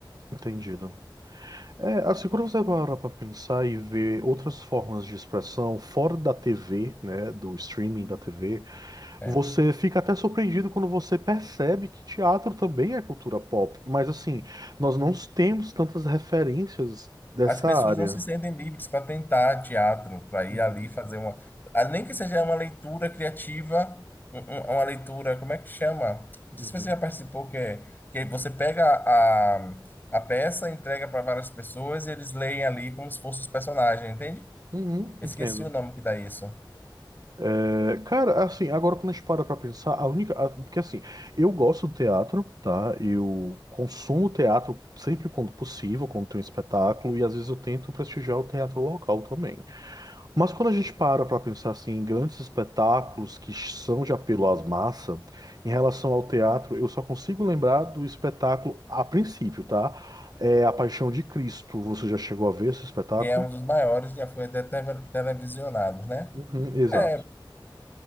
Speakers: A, on the right; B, on the left.
A: Entendido. É, assim, quando você parar para pensar e ver outras formas de expressão fora da TV, né, do streaming da TV,
B: É.
A: Você fica até surpreendido quando você percebe que teatro também é cultura pop, mas assim, nós não temos tantas referências dessa
B: As pessoas
A: área.
B: não se sentem livres para tentar teatro, para ir
A: Uhum,
B: ali fazer uma. ah, Nem que seja uma leitura criativa, um- um- uma leitura, como é que chama? Não sei
A: uhum.
B: se você já participou, que, é- que você pega a, a peça, entrega para várias pessoas e eles leem ali como se fossem os personagens, entende?
A: Uhum,
B: Esqueci
A: entendo.
B: o nome que dá isso.
A: É, cara, assim, agora quando a gente para pra pensar, a única. a- porque assim, eu gosto do teatro, tá? Eu consumo teatro sempre quando possível, quando tem um espetáculo, e às vezes eu tento prestigiar o teatro local também. Mas quando a gente para para pensar assim, em grandes espetáculos que são de apelo às massas, em relação ao teatro, eu só consigo lembrar do espetáculo a princípio, tá? É A Paixão de Cristo. Você já chegou a ver esse espetáculo?
B: Que é um dos maiores, já foi até teve- televisionados, né?
A: Uhum, exato.
B: É,